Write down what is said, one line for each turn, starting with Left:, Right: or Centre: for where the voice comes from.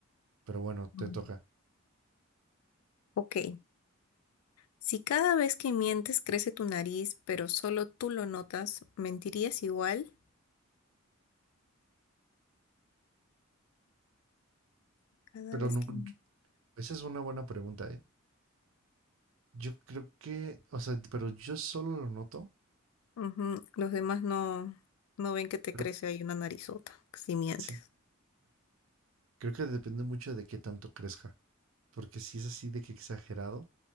Right: Pero bueno, te
Left: Mm.
Right: toca.
Left: <laughs> Ok. Si cada vez que mientes crece tu nariz, pero solo tú lo notas, ¿mentirías igual? Cada
Right: Pero
Left: vez
Right: nunca-
Left: que...
Right: esa es una buena pregunta, ¿eh? Yo creo que, o sea, pero yo solo lo noto,
Left: Ujú, Los demás no, no ven que te
Right: pero
Left: crece ahí una narizota, si mientes.
Right: sí, creo que depende mucho de qué tanto crezca, porque si es así de que exagerado,